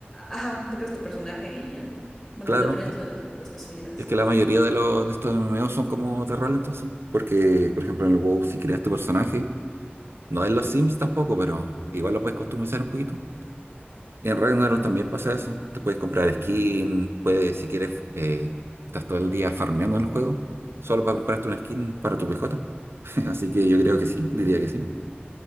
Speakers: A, in the centre; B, on the right.
A: Ajá, te creas tu personaje y ya. Bueno,
B: claro.
A: dependiendo de las posibilidades.
B: Es que la mayoría de los de estos MMO son como de rol, entonces. Porque, por ejemplo, en el WoW, si creas tu personaje, no en los Sims tampoco, pero igual lo puedes customizar un poquito. Y en Ragnarok
A: Mm.
B: también pasa eso. Te puedes comprar skin, puedes, si quieres, eh, estás todo el día farmeando en el juego, solo para comprarte una skin para tu PJ. <laughs> Así que yo creo que sí, diría que sí.